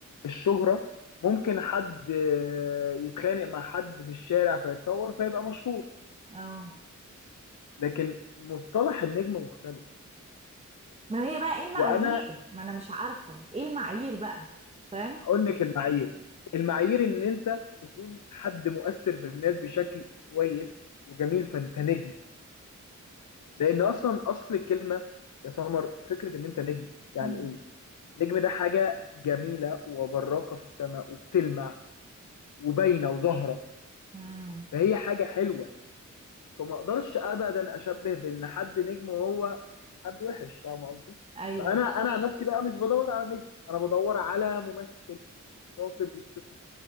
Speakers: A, on the left; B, on the right.
A: الشهرة ممكن حد آه، يتخانق مع حد في الشارع فيتصور فيبقى مشهور
B: اه
A: لكن مصطلح النجم مختلف
B: ما هي بقى ايه المعايير
A: وأنا
B: ما انا مش عارفة ايه المعايير بقى فاهم
A: أقول لك المعايير المعايير إن أنت تكون حد مؤثر في الناس بشكل كويس وجميل فأنت نجم لان اصلا اصل الكلمه يا سمر فكره ان انت نجم يعني
B: مم.
A: ايه نجم ده حاجه جميله وبراقه في السماء وبتلمع وباينه وظاهره
B: مم.
A: فهي حاجه حلوه فما اقدرش ابدا اشبه بان حد نجم وهو حد وحش فاهم قصدي
B: ايوه
A: فانا انا عن نفسي بقى مش بدور على نجم انا بدور على ممثل شاطر يبسطني